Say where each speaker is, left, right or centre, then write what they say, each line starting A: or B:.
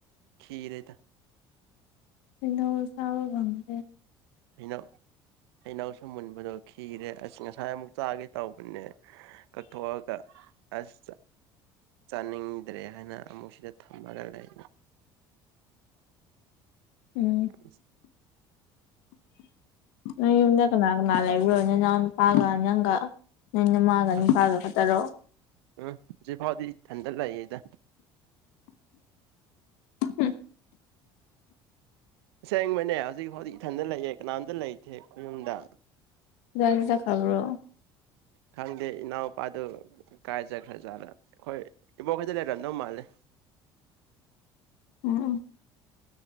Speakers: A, on the right; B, on the left.
A: ꯈꯤꯔꯦꯗ
B: ꯍꯩꯅꯧ ꯆꯥꯕ ꯉꯝꯗ꯭ꯔꯦ
A: ꯍꯩꯅꯧ ꯍꯩꯅꯧꯁꯨꯨ ꯃꯨꯟꯕꯗꯣ ꯈꯤꯔꯦ ꯑꯁ ꯉꯁꯥꯏ ꯑꯃꯨꯛ ꯆꯥꯒꯦ ꯇꯧꯕꯅꯦ ꯀꯛꯊꯣꯛꯑꯒ ꯑꯁ ꯆꯥꯅꯤꯡꯗ꯭ꯔꯦ ꯍꯥꯏꯅ ꯑꯃꯨꯛ ꯁꯤꯗ ꯊꯝꯃꯒ ꯂꯩ
B: ꯎꯝ
A: <inaudible>
B: ꯅꯣꯏ ꯌꯨꯝꯗ ꯀꯅꯥ ꯀꯅꯥ ꯂꯩꯕ꯭ꯔꯣ ꯅꯅꯥꯎꯅꯨꯄꯥꯒ ꯅꯪꯒ ꯅꯣꯏ ꯅꯃꯥꯒ
A: ꯍꯧꯖꯤꯛ
B: ꯅꯨꯄꯥꯒ ꯈꯛꯇꯔꯣ
A: ꯎꯝ ꯍꯧꯖꯤꯛꯐꯥꯎꯗꯤ ꯏꯊꯟꯗ ꯂꯩꯌꯦꯗ
B: ꯍꯨꯝ
A: ꯁꯦꯡꯕꯅꯦ ꯍꯧꯖꯤꯛꯐꯥꯎꯗꯤ ꯏꯊꯟꯇ ꯂꯩꯌꯦ ꯀꯅꯥꯝꯇ ꯂꯩꯇꯦ ꯈꯣꯏꯌꯨꯝꯗ
B: ꯅꯪꯗꯤ ꯆꯠꯈꯕ꯭ꯔꯣ
A: ꯈꯪꯗꯦ ꯏꯅꯥꯎꯄꯥꯗꯨ ꯀꯥꯏ ꯆꯠꯈ꯭ꯔꯖꯥꯠꯂ ꯑꯩꯈꯣꯏ ꯏꯕꯣꯛꯈꯣꯏꯗ ꯂꯩꯔꯝꯗꯧ ꯃꯥꯜꯂꯦ
B: ꯎꯝ